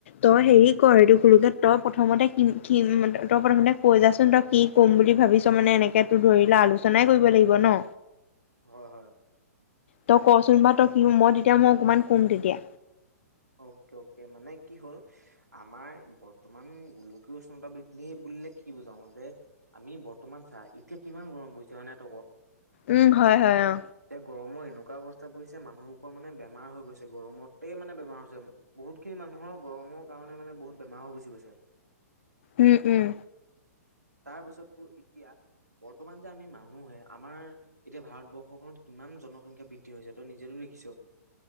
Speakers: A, on the left; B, on the right.
A: তই হেৰি কৰ তই প্ৰথমতে কিম তই প্ৰথমতে কৈ যাচোন তই কি ক'ম বুলি ভাবিছ মানে এনেকে তোৰ ধৰি ল আলোচনাই কৰিব লাগিব ন।
B: হয় হয়।
A: তই কচোন বাও তই কি মই তেতিয়া মই অকমান কম তেতিয়া।
B: অকে অকে মানে কি হ'ল আমাৰ বৰ্তমান গোলকীয় উষ্ণতা বিদলী বুলি। বুলিলে কি বুজাও যে আমি বৰ্তমান চা এতিয়া কিমান গৰম পৰিছে হয় নাই তই ক।
A: উম হয় হয় অ
B: এ গৰমৰ এনেকুৱা অৱস্থা। পৰিছে মানুহবোৰৰ মানে বেমাৰ গৈছে গৰমতেই মানে বেমাৰ। বহুত খিনি মানুহৰ গৰমৰ কাৰণে মানে বহুত বেমাৰ হৈ গুচি গৈছে।
A: উম উম।
B: তাৰ পিছতো এতিয়া বৰ্তমান যে আমি মানুহে আমাৰ এতিয়া ভাৰতবৰ্ষখনত কিমান জনসংখ্যা বৃদ্ধি হৈছে ত নিজে। দেখিছো